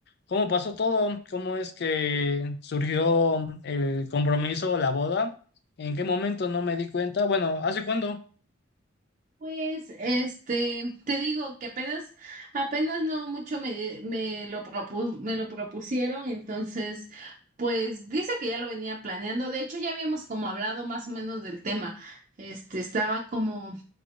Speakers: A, on the left; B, on the right.
A: cómo pasó todo? ¿Cómo es que surgió el compromiso, la boda? ¿En qué momento no me di cuenta? Bueno, ¿hace cuándo?
B: Pues, este, te digo que apenas, apenas no mucho me, me lo propu- me lo propusieron, entonces, pues dice que ya lo venía planeando. De hecho, ya habíamos como hablado más o menos del tema. Este, estaba como